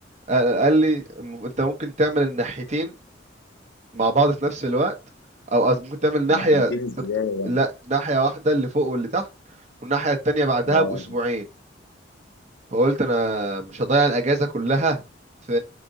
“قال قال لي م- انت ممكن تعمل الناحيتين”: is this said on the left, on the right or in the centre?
Right